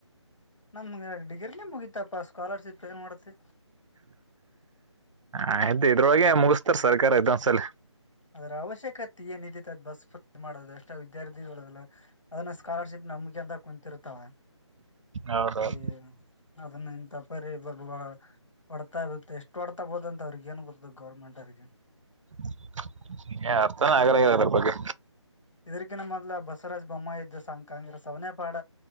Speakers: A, on the left; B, on the right.
A: ನಮಗೆ ಡಿಗ್ರಿನೆ ಮುಗತಪ್ಪಾ ಸ್ಕಾಲರ್ಶಿಪ್ ಏನ್ ಮಾಡತಿ.
B: ಆಯಿತು ಇದೊರಳಗೆ ಮುಗಿಸುತ್ತಾರೆ ಸರ್ಕಾರ ಇದದೊಂದು ಸಲ
A: ಅದರ ಅವಶ್ಯಕತೆ ಏನು ಇದ್ದೀತು ಬಸ್ ಬುಕ್ ಮಾಡುದು ಎಷ್ಟ ವಿದ್ಯಾರ್ಥಿಗಳೆಲ್ಲ. ಅದನ್ನ ಸ್ಕಾಲರ್ಶಿಪ್ ನಂಬಿಕೆ ಅಂತ ಕುಂತಿರುತಾವ
B: ಹೌದೌದು
A: ಈ ಅದನ್ನ ಇಂತಪರಿ ಬಬುವ. ಹೊಡೆತಾ ಇತ್ತೆ ಎಷ್ಟು ಹೊಡುತಾ ಬೀಳುತ್ತದ ಅಂತ ಅವರಿಗೆ ಏನ್ ಗೊತ್ತ ಗೌರ್ಮೆಂಟ್ ಅವರಿಗೆ.
B: <inaudible> ಏ ಅರ್ಥನ ಆಗಲ್ಲ ಏನು ಅದರ ಬಗ್ಗೆ.
A: ಇದರಿಕಿನ ಮೊದಲು ಬಸರ. <unintelligible> ಬೊಮ್ಮಾಯಿ ಯುದ್ದ್ಧ ಸಂಕ ಕಾಂಗ್ರೆಸ್ ಅವನೇ ಪಾಡ.